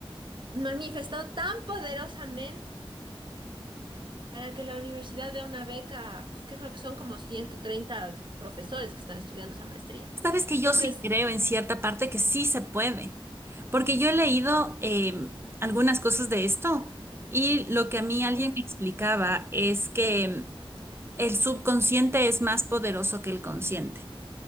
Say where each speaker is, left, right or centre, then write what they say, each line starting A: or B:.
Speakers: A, on the right; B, on the right.
A: manifestado tan poderosamente para que la universidad dé una beca, pf, que creo que son como 130 profesores que están estudiando esa maestría.
B: Sabes que
A: Entonces,
B: yo sí creo en cierta parte que sí se puede, porque yo he leído eh, algunas cosas de esto y lo que a mí
A: ujú,
B: alguien me explicaba es que em, el subconsciente es más poderoso que el consciente.